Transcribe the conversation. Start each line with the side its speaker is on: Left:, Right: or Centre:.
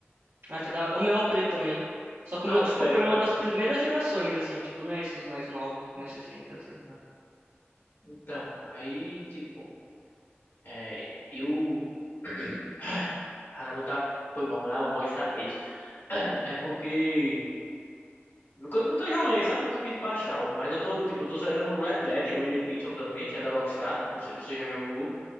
Right: Ah, que da hora. O meu é o preto também. Só que
Left: Ah,
Right: o meu,
Left: o
Right: tipo,
Left: Fat
Right: foi uma
Left: também,
Right: das primeiras
Left: né?
Right: gerações, assim. Tipo, não é esses mais novos, mais recentes, assim.
Left: Ah, então, aí, tipo, é, eu. <clears throat> Caramba, tá. Foi mal, mas a voz tá presa. <clears throat> É porque. Nunca, nunca joguei, sabe? Nunca quis baixar. Mas eu tô, tipo, eu tô zerando o Red Dead Redemption também, que é da Rockstar. Eu não sei se você já jogou.